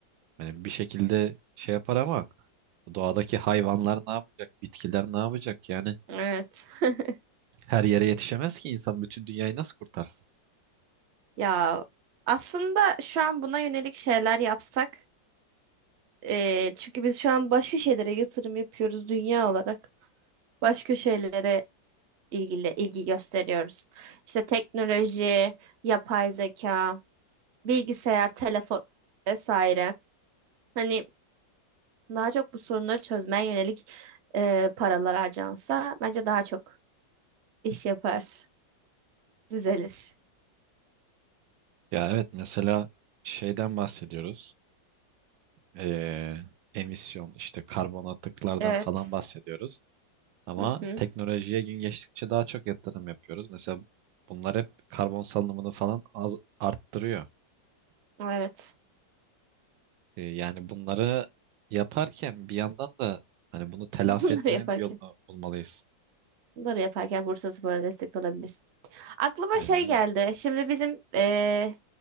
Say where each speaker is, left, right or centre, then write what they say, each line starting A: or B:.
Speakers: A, on the right; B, on the right.
A: Yani bir şekilde şey yapar ama doğadaki hayvanlar ne yapacak? Bitkiler ne yapacak? Yani
B: Evet. <laughs>
A: Her yere yetişemez ki insan bütün dünyayı nasıl kurtarsın?
B: Ya aslında şu an buna yönelik şeyler yapsak eee, çünkü biz şu an başka şeylere yatırım yapıyoruz dünya olarak. Başka şeylere ilgili ilgi gösteriyoruz. İşte teknoloji, yapay zeka, bilgisayar, telefon vesaire. Hani daha çok bu sorunları çözmeye yönelik eee, paralar harcansa bence daha çok iş yapar, düzelir.
A: Ya evet mesela şeyden bahsediyoruz. Ee, emisyon işte karbon atıklardan
B: Evet.
A: falan bahsediyoruz. Ama
B: Hı hı.
A: teknolojiye gün geçtikçe daha çok yatırım yapıyoruz. Mesela bunlar hep karbon salınımını falan az arttırıyor.
B: Evet.
A: Ee, yani bunları yaparken bir yandan da hani bunu telafi
B: <laughs> Bunları
A: etmenin
B: yaparken,
A: bir yolunu bulmalıyız.
B: bunları yaparken Bursaspor'a destek olabilir. Aklıma
A: Aynen
B: şey
A: öyle.
B: geldi. Şimdi bizim eee,